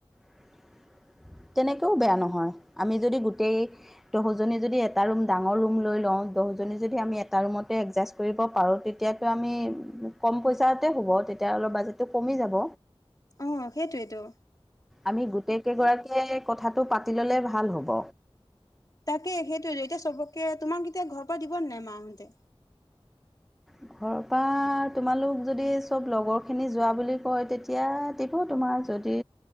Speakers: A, in the centre; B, on the left.
A: <inaudible> তেনেকেও বেয়া নহয় আমি যদি গোটেই দহজনী যদি এটা ৰুম ডাঙৰ ৰুম লৈ লওঁ দহজনী আমি এটা ৰুমত লৈ লও একজাজ কৰিব পাৰো তেতিয়া টো আমি কম পইচাতে হ'ব এতিয়া অলপ বাজেটটো কমি যাব।
B: আহ সেইটোৱেইটো
A: আমি গোটেই কেইগৰাকীয়ে কথাটো পাতি ললে ভাল হ'ব।
B: তাকে সেইটো এতিয়া চবকে তোমাক এতিয়া ঘৰ পৰা দিব ন নাই মা হতে
A: ঘৰৰ পৰা তোমালোক যদি চব লগৰ খিনি যোৱা বুলি কয় তেতিয়া দিব। তোমাৰ যদি